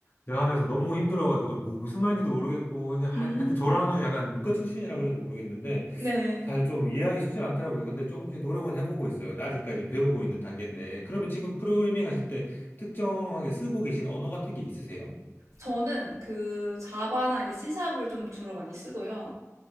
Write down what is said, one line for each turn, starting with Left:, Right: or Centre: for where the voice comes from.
Left: 제가 하면서 너무 힘들어가지고 아, 뭐- 무슨 말인지도 모르겠고 그냥
Right: 음,
Left: 하- 하여튼 저랑은 약간 문과 출신이라 그런지 모르겠는데
Right: 네.
Left: 잘 좀 이해하기 쉽진 않더라고요. 근데 조금씩 노력은 해보고 있어요. 근데 아직까지 배우고 있는 단계인데. 그러면 지금 프로그래밍 하실 때 특정하게 쓰고 계신 언어 같은 게 있으세요?
Right: 저는 그 자바나 이제 C샵을 좀 주로 많이 쓰고요.